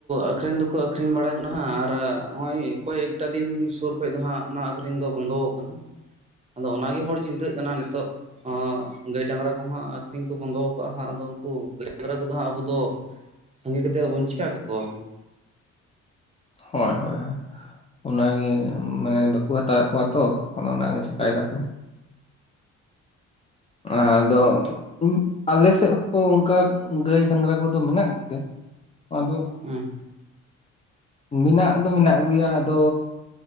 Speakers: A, on the right; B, on the left.
A: ᱟᱹᱠᱷᱨᱤᱧ ᱫᱚᱠᱚ ᱟᱹᱠᱷᱨᱤᱧ ᱵᱟᱲᱟ ᱧᱚᱜᱼᱱᱟ ᱦᱟᱸᱜ ᱟᱨ ᱱᱚᱜᱼᱚᱭ ᱠᱚᱭᱮᱠ ᱴᱟ ᱫᱤᱱ ᱥᱳᱨ ᱠᱷᱚᱡ ᱫᱚ ᱦᱟᱸᱜ ᱚᱱᱟ ᱟᱠᱷᱨᱤᱧ ᱫᱚ ᱵᱚᱱᱫᱚ ᱠᱟᱱᱟ ᱾ ᱟᱫᱚ ᱚᱱᱟᱜᱮ ᱦᱚᱲ ᱪᱤᱱᱛᱟᱹᱜ ᱠᱟᱱᱟ ᱱᱤᱛᱚᱜ, ᱜᱟᱹᱭ ᱰᱟᱝᱨᱟ ᱠᱚ ᱦᱟᱸᱜ ᱟᱠᱷᱨᱤᱧ ᱠᱚ ᱵᱚᱱᱫᱚ ᱠᱟᱜᱼᱟ ᱦᱟᱸᱜ ᱟᱫᱚ ᱩᱱᱠᱩ ᱜᱟᱹᱭ ᱰᱟᱝᱨᱟ ᱠᱚᱫᱚ ᱦᱟᱸᱜ ᱟᱵᱚ ᱫᱚ᱾ ᱥᱟᱸᱜᱮ ᱠᱟᱛᱮᱫ ᱟᱵᱚᱱ ᱪᱤᱠᱟ ᱠᱟᱠᱚᱣᱟᱵᱚᱱ?
B: ᱦᱳᱭ ᱦᱳᱭ ᱚᱱᱟᱜᱮ ᱢᱟᱱᱮ ᱵᱟᱠᱚ ᱦᱟᱛᱟᱣᱮᱜ ᱠᱚᱣᱟ ᱛᱚ ᱚᱱ ᱚᱱᱟᱜᱼᱼ ᱪᱤᱠᱟᱭ
A: ᱦᱳᱭ
B: ᱫᱟᱠᱚ ᱟᱫᱚ ᱟᱞᱮ ᱥᱮᱜ ᱦᱚᱸ ᱚᱝᱠᱟ ᱜᱟᱹᱭ ᱰᱟᱝᱨᱟ ᱠᱚᱫᱚ ᱢᱮᱱᱟᱜ ᱜᱮ ᱠᱮᱼᱼ ᱟᱫᱚ
A: ᱦᱮᱸ
B: ᱢᱮᱱᱟᱜ ᱫᱚ ᱢᱮᱱᱟᱜ ᱠᱚ ᱜᱮᱭᱟ ᱟᱫᱚᱼᱼ